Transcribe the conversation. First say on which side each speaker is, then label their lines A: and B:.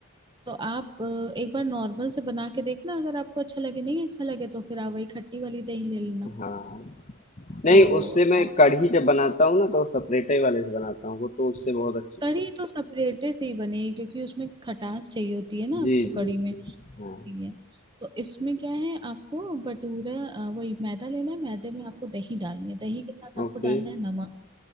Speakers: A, on the right (about 20°); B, on the left (about 30°).
A: तो आप अ, एक बार नॉर्मल से बना के देखना अगर आपको अच्छा लगे नहीं अच्छा लगे तो फिर आप वही खट्टी वाली दही ले लेना
B: हाँ। हाँ, नहीं
A: तो
B: उससे मैं
A: अ,
B: कढ़ी जब बनाता हूँ ना तो सपरेटे वाले से बनाता हूँ, वो तो उससे बहुत अच्छी बनती
A: कढ़ी तो सेपरेटे से ही बनेगी क्योंकि उसमें खटास चाहिए होती है ना
B: है। जी,
A: आपको
B: जी,
A: कढ़ी में
B: जी।
A: इसलिए
B: हाँ।
A: तो इसमें क्या है आपको भटूरा अ, वही मैदा लेना है मैदे में आपको दही डालनी है दही के साथ आपको
B: ओके,
A: डालना है नमक